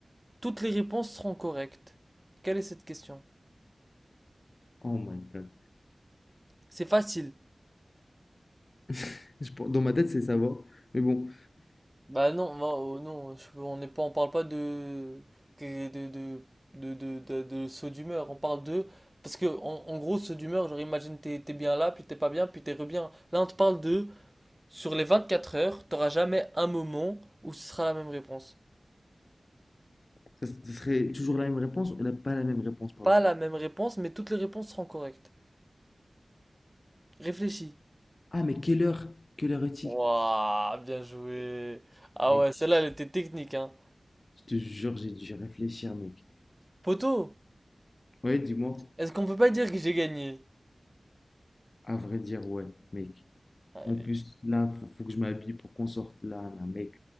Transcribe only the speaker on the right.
toutes les réponses seront correctes. Quelle est cette question?
C'est facile.
Bah non, moi, oh non, je- on n'est pas, on parle pas de que- de de de de, de- de saut d'humeur. On parle de parce que en, en gros saut d'humeur, genre imagine t'es t'es bien là, puis t'es pas bien, puis t'es re bien. Là, on te parle de sur les 24 heures, t'auras jamais un moment où ce sera la même réponse.
Pas la même réponse, mais toutes les réponses seront correctes. Réfléchis.
Waouh, bien joué. Ah
ouais, celle-là, elle était technique, hein.
Poto,
est-ce qu'on peut pas dire que j'ai gagné?
Allez.